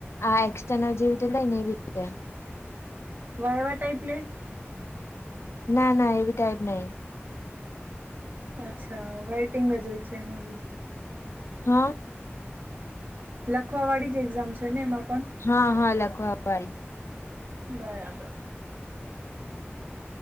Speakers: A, on the left; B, on the right.
A: આ એક્સસ્ટનલ જેવી રીતે લેય એવી રીતે
B: વાયવા ટાઈપ લે
A: ના, ના એવી ટાઈપ નહીં.
B: અચ્છા. વેટિંગ જ હોય છે એમાં બી.
A: હા.
B: લખવા વાળી જ એક્ઝામ છે ને એમાં પણ?
A: હા, હા લખવા વાળી.
B: બરાબર.